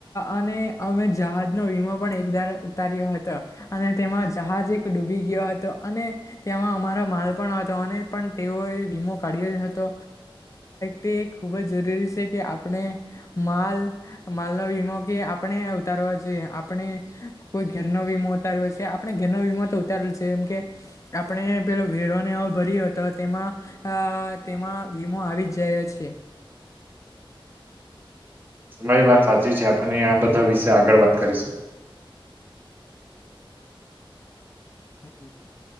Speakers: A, on the left; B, on the right.
A: અને અમે જહાજ ન વીમા પણ એકદમ ઉતાર્યો હતો અને તેમાં જહાજ એક ડૂબી ગયો હતો અને તેમાં અમારો માલ પણ હતો નહી પણ તેઓ વીમો કાઢએ હતો તે ખૂબ જ જરૂરી છે કે આપણે માલ માલ નો વીમો કે આપણે ઉતારવા જોએ આપણે કોઈ ઘેરનોો વીમો ઉતાર્યો છેએ આપણે ઘનો વિમતો ઉતારેલ છે એમ કે આપણે પેલો વેરોને એવો ભર્યો હતો તેમાં અ તેમાં વીમો આવી જ જાય છે
B: તમારી વાત સાચી છે આપને આ બધા વિશે આગળ વાત કરીશું
A: હ